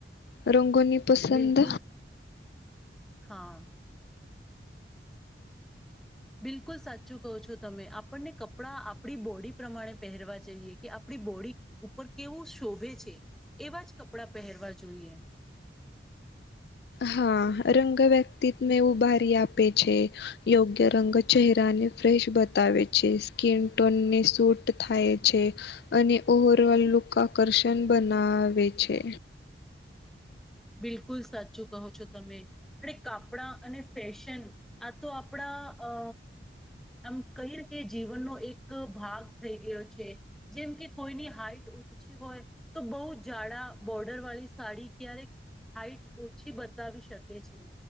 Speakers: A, on the left; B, in the centre.
A: રંગોની પસંદ
B: બિલકુલ હા. બિલકુલ સાચું કહો છો તમે આપણને કપડાં આપણી બોડી પ્રમાણે પહેરવા જઈએ કે આપણી બોડી. ઉપર કેવું શોભે છે, એવા જ કપડાં પહેરવા જોઈએ.
A: હા રંગ વ્યક્તિત્વ ને ઉભારી આપે છે. યોગ્ય રંગ ચહેરાને ફ્રેશ બતાવે છે સ્કીન ટોનને સૂટ થાય છે. અને ઓવરઓલ લુક આકર્ષણ બનાવે છે.
B: બિલકુલ સાચું કહો છો તમે અને કાપડા અને ફેશન. આ તો આપડા અ. આમ કઈ રીતે જીવનનો એક ભાગ થઈ ગયો છે. જેમ કે કોઈની હાઈટ. હોય તો બહુ જાડા બોર્ડર વાળી સાડી ક્યારેક. હાઈટ ઓછી બતાવી શકે છે